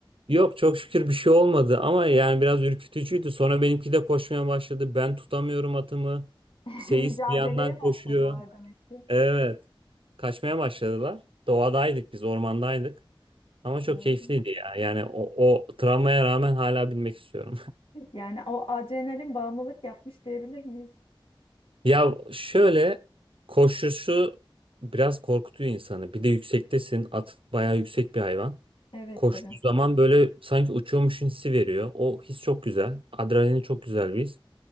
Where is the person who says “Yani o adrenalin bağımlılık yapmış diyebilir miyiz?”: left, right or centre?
Left